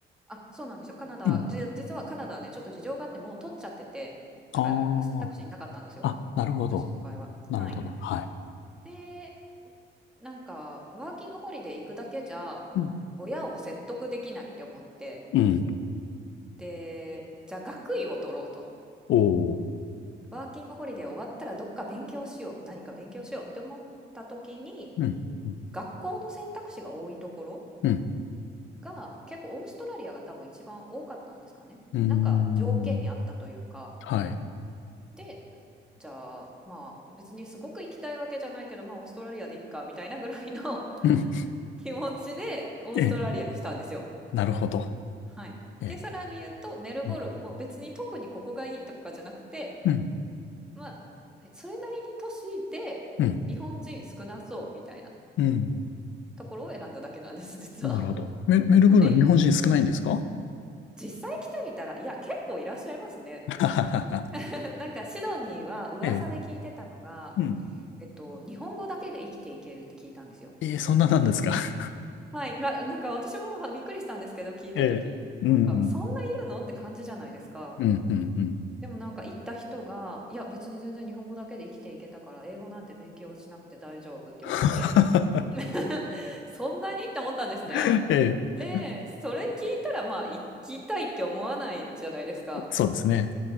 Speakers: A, in the centre; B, on the left.
A: あ、そうなんですよ。カナダ、
B: うん。
A: じ実はカナダはね、ちょっと事情があってもう取っちゃってて、
B: あ
A: だから選択肢になかったんですよ。
B: あ。あ、なるほど。
A: 私の場合は。
B: なるほど。
A: はい。
B: はい。
A: で、なんか、ワーキングホリデー行くだけじゃ、
B: うん。
A: 親を説得できないって思って、
B: うん。
A: で、じゃあ学位を取ろうと。
B: おお。
A: ワーキングホリデー終わったらどっか勉強しよう、何か勉強しようって思った時に、
B: うん。うん。
A: 学校の選択肢が多いところ
B: うん。
A: が、結構オーストラリアが多分一番多かったんですかね。
B: うーん。
A: なんか条件にあったというか、
B: はい。
A: で、じゃあまあ別にすごく行きたいわけじゃないけど、まあオーストラリアでいっかみたいなぐらいの <laughs>
B: うん。
A: 気持ちでオーストラリアにしたんですよ。
B: え、なるほど。
A: はい。
B: え、
A: で、さらに言うと、メルボルンも別に特にここがいいとかじゃなくて、
B: うん。うん。
A: まあ、それなりに都市で日本人少なそうみたいな
B: うん。うん。
A: ところを選んだだけなんです、<laughs> 実は。
B: なるほど。メ、メルブルン、
A: はい。
B: 日本人少ないんですかは
A: 実際来てみたら、いや、結構いらっしゃいますね。
B: ははは
A: <laughs> なんかシドニーは噂で聞いてたのが、
B: <laughs> ええ。うん。
A: えっと、日本語だけで生きていけるって聞いたんですよ。
B: ええ、そんななんですか。<laughs>
A: はい、な、なんか私もはびっくりしたんですけど、聞いた時なんかそんないるのって感じじゃないですか。
B: ええ。うん。うん。うん。うん。
A: でもなんか行った人が、いや別に全然日本語だけで生きていけたから英語なんて勉強しなくて大丈夫って言われて、
B: <laughs>
A: <laughs> そんなにって思ったんですね。
B: ええ。
A: で、それ聞いたらまあ行きたいって思わないじゃないですか。
B: そうですね。